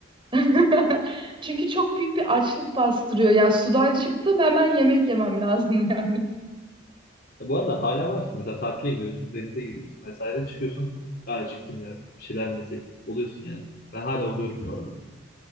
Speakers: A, on the right; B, on the left.
A: <laughs> Çünkü çok büyük bir açlık bastırıyor. Ya sudan çıktım hemen yemek yemem lazım <laughs> yani.
B: Ya bu arada hala var ki mesela tatile gidiyorsun, denize giriyorsun vesaire çıkıyorsun. "Ya acıktım ya bir şeyler mi yesek? Oluyorsun yani. Ben hala oluyorum bu arada.